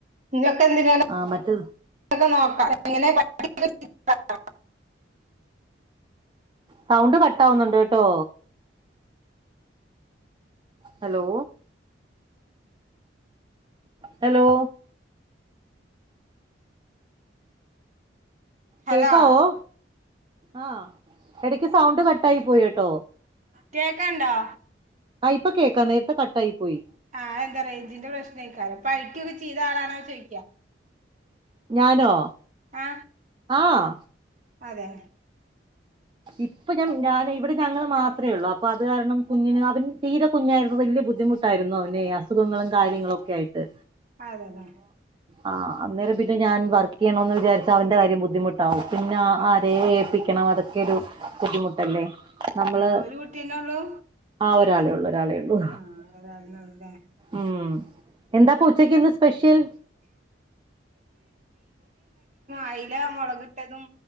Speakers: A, on the right (about 40°); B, on the right (about 25°).
A: നിങ്ങക്കെ എന്തിന
B: ആ മറ്റേ
A: <unintelligible>
B: സൗണ്ട് കട്ടാവുന്ന് ട്ടോ ഹലോ ഹലോ
A: ഹലോ
B: കേക്കാവോ ആ എടക്ക് സൗണ്ട് ക ട്ടായി പോയേട്ടോ
A: കേക്കണ്ടോ
B: ആ ഇപ്പ കേക്കാം നേരത്തെ കട്ടായി പോയി
A: ആ എന്താ റേഞ്ചിന്റെ പ്രശ്നായ്കാരം പടിക്കൊക്കെ ചെയ്ത ആളാണോ എന്ന് ചോദിക്യ
B: ഞാനോ
A: ആ
B: ആഹ്
A: അതെ
B: ഇപ്പൊ ഞാൻ ഞാൻ ഇവിടെ ഞങ്ങള് മാത്രേ ഉള്ളൂ അപ്പൊ അത് കാരണം കുഞ്ഞിന് അവന് തീരെ കുഞ്ഞായിരുന്നു വലിയ ബുദ്ധിമുട്ടായിരുന്നു അവനെ അസുഖങ്ങളും കാര്യങ്ങളും ഒക്കെ ആയിട്ട്
A: അതെ ലെ
B: ആ അന്നേരം പിന്നെ ഞാൻ വർക്ക് ചെയ്യണോന്ന് വിചാരിച്ച അവന്റെ കാര്യം ബുദ്ധിമുട്ടാവും പിന്നെ ആ
A: അതെ
B: ആരേം ഏല്പി ക്കണം അതൊക്കെ ഒരു ബുദ്ധിമുട്ടല്ലേ നമ്മള്
A: ആ ഒരു കുട്ടിയന്നെ ഒള്ളൂ
B: ആ ഒരാളേ ഉള്ളൂ ഒരാളേ ഉള്ളൂ
A: ആ അതന്നല്ലെ
B: ഉം എന്താപ്പൂച്ചക്കിന്ന് സ്പെഷിൽ
A: അയല മുളകിട്ടതും